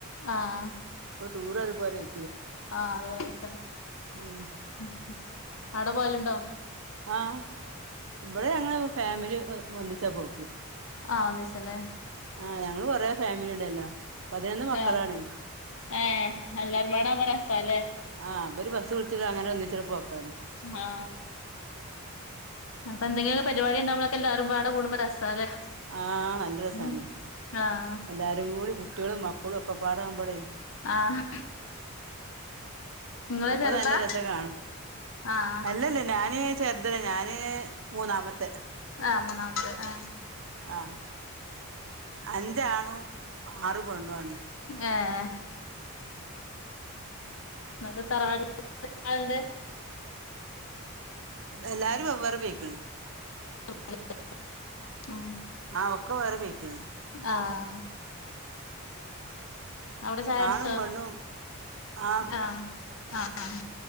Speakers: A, on the left (about 60°); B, on the right (about 60°).
A: ആഹ്
B: ഇപ്പോ ടൂറു അതുപോലേയി
A: ആഹ് അത് പോലെത്തന്നെ.
B: ഉം
A: ഉം ഉം ആടെ പോവല്ണ്ടോ?
B: ആഹ് ഇവടെ ഞങ്ങള് ഫാമിലി ഒന്നിച്ചാ പോക്ക്
A: ആഹ് ഒന്നിച്ചല്ലേ
B: ആഹ്. ഞങ്ങള് കൊറേ ഫാമിലിണ്ടല്ലോ. പതിനൊന്ന് മക്കളാണേ
A: ആഹ് ഏഹ് എല്ലാരും പാടാവുമ്പോ രസാല്ലേ?
B: ആഹ് അപ്പൊര് ബസ് വിളിച്ച്ട്ട് അങ്ങനെ ഒന്നിച്ചോരു പോക്കാണ്
A: ഹാ അപ്പ എന്തങ്കിലും ഒക്കെ പരിപാടി ഉണ്ടാവുമ്പളൊക്കെ എല്ലാവരും പാടെ കൂടുമ്പോ രസാല്ലേ?
B: ആഹ് നല്ല രസാണ്.
A: ഉം ആഹ്
B: എല്ലാരും കൂടി കുട്ട്യോളും മക്കളും ഒക്കെപ്പാടാമ്പളേ
A: ആഹ് നിങ്ങള്
B: അപ്പ
A: ചെറുതാ
B: നല്ല രസാ കാണാൻ.
A: ആഹ്
B: അല്ലല്ല ഞാന് ചെർതല്ല. ഞാന് മൂന്നാമത്തെ
A: ആഹ് മൂന്നാമത്തെ ആഹ്
B: ആഹ് അഞ്ചാണു ആറ് പെണ്ണു ആണ്
A: ആഹ് ങ്ങക്ക് തറവാട്ട് <unintelligible> എത്രാളുണ്ട്?
B: എല്ലാരും വെവ്വേറെ പെയ്ക്ക്ണ്
A: <unintelligible> ഉം
B: ആഹ് ഒക്ക വേറെ പെയക്കണ്
A: ആഹ് അവടെ ചായടിച്ചോ?
B: ആണും പെണ്ണും ആ
A: ആഹ്. ആഹ്